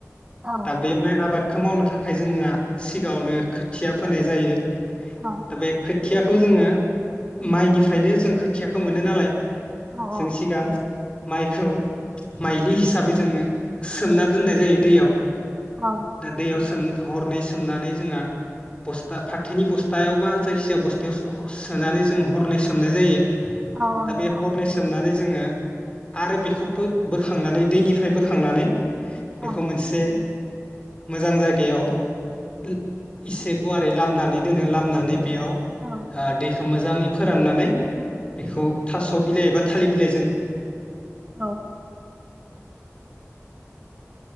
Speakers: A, on the right; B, on the left.
A: औ
B: दा बे माइ आबाद खौ मावनो थाखाय जोंहा सिगाङावनो खोथिया फोनाय जायो दा
A: औ
B: बे खोथ थियाखौ जोङो माइनि फ्रायनो जों खोथियाखौ मोनो नालाय जों
A: औ
B: सिगां माइखौ माइलि हिसाबै जोङो सोमना दोननाय जायो दैयाव
A: औ
B: दा दैयाव सोम हरनै सोमनानै जोंहा बस्था फाथोनि बस्थायाव बा जायखिजाया बस्थायाव ह सोनानै जों हरनै सो सोमनाय जायो
A: औ
B: दा
A: नंगौ
B: बे हरनै सोमनानै जोङो आरो बेखौ बो बोखांनानै दैनिफ्राय बोखांनानै बेखौ
A: औ
B: मोनसे मोजां जायगायाव इसे गुवारै लामनानै दोनो लामनानै बेयाव ओ
A: औ
B: दैखौ मोज जाङिफोर फोराननानै बेखौ थास' थाव बिलाइ एबा थालिर बिलाइजों
A: औ